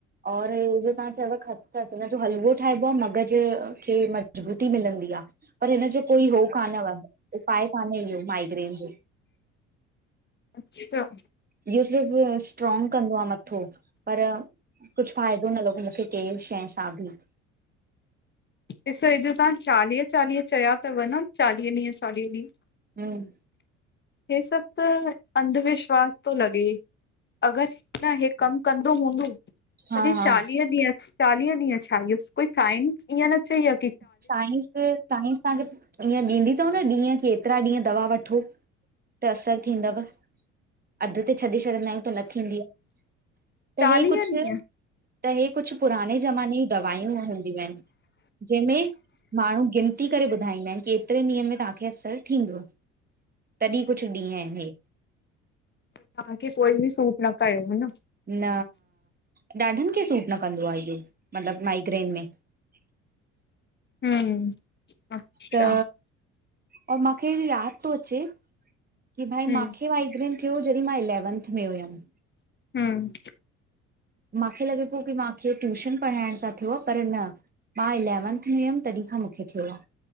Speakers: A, on the right; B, on the left.
A: और तव्हां च खच जो हलको ठाहिबो आह मगज खे मजबूती मिलंदी आह, पर हिन जो कोई हो कानव उपाय कान्हे इहो माइग्रेन जो।
B: अच्छा।
A: इहो सिर्फ़ स्ट्रॉग कंदो आ मथो पर कुझु फ़ाइदो न लॻो मूंखे कंहिं शइ सां बि
B: ॾिसो हे, जो तव्हां चालीह चालीह चया अथव न, चालीह ॾीहं चालीह ॾीहं।
A: <inaudible>
B: हे सभु त अंधविश्वास तो लॻे। अगरि, न हे कमु कंदो हूंदो।
A: हा
B: तॾी चालीह
A: हा
B: ॾीहं चालीह ॾीहं छाजों साइंस ईअं न चई आ।
A: साईस, साईस तव्हांखे ईअं ॾींदी अथव न ॾींहं की एतिरा ॾींहं दवा वठो? त असर थींदव, अध ते छॾे छॾंदा आहियूं त न थींदी आ। त
B: चालीह
A: हे कुछु,
B: ॾींहं
A: त हे कुछु, पुराने ज़माने दवााइयूं हूंदियूं आहिनि। जंहिंमें माण्हू गिनती करे ॿुधाईंदा आहिनि की एतिरे ॾींहंनि में तव्हांखे असरु थींदो। तॾहिं कुछु ॾींहं आहिनि हे।
B: तव्हांखे कोई बि सूट न कयो ह, न?
A: न, अ ॾाढनि खे सूट न कंदो आहे इहो, मतिलबु माइग्रेन में। <inaudible>
B: हम अच्छा।
A: त और मूंखे यादि थो अचे। की भाई
B: हम्म
A: मांखे माइग्रेन थियो, जॾहिं मां इलैवंथ में हुयमि।
B: हम।
A: मांखे लॻे पियो की मांखे ट्यूशन पढ़ाइण सां थियो पर न। मां इलैवंथ में हुयमि तॾहिं खां मूंखे थियो आ।